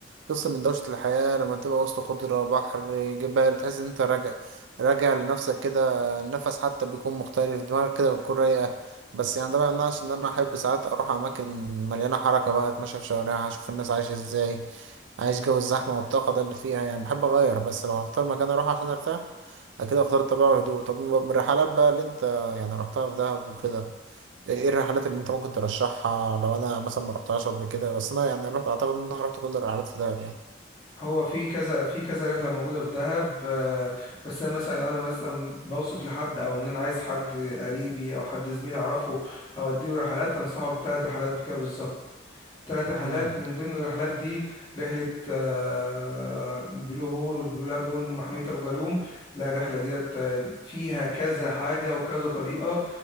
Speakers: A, on the right (about 75°); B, on the left (about 20°).
A: تفصل من دوشة الحياة لما تبقى وسط خضرة بحر جبال تحس ان انت راجع راجع لنفسك كده النفس حتى بيكون مختلف دماغك كده بتكون رايقة بس يعني ده ما يمنعش ان انا احب ساعات اروح اماكن مليانة حركة بقى اتمشى في شوارعها اشوف الناس عايشة ازاي عايش جو الزحمة والطاقة ده اللي فيها يعني بحب اغير بس لو هختار مكان اروح عشان ارتاح اكيد اختار الطبيعة والهدوء طب من الرحلات بقى اللي انت يعني رحتها في دهب وكده ايه إيه الرحلات اللي انت ممكن ترشحها لو انا مثلا ما رحتهاش قبل كده بس انا يعني رحت اعتقد ان انا رحت كل الرحلات في دهب يعني
B: هو في كذا في كذا رحله موجوده في دهب آه، بس انا مثلا لو انا مثلا بوصف لحد او ان انا عايز حد قريبي او حد زميل اعرفه او اديه رحلات هنصحه بثلاث رحلات بكده بالظبط ثلاث رحلات
A: امم
B: من ضمن الرحلات دي رحله آه، بلو هول والبلو لاجون ومحميه ابو جالوم لا الرحله ديت آه، فيها كذا حاجه وكذا طريقه